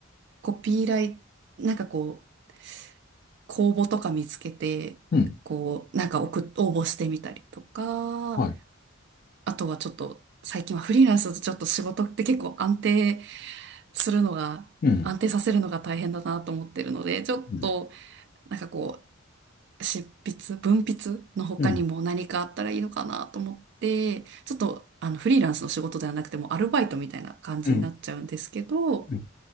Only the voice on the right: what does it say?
コピーライ、なんかこう、公募とか見つけて、
こう、なんか送っ、応募してみたりとか、
あとはちょっと、最近はフリーランスだとちょっと仕事って結構安定するのが、
安定させるのが大変だなと思ってるので、ちょっと、
なんかこう、執筆、文筆の他にも何かあったらいいのかなと思って、
ちょっと、あの、フリーランスの仕事ではなくてもアルバイトみたいな感じになっちゃうんですけど、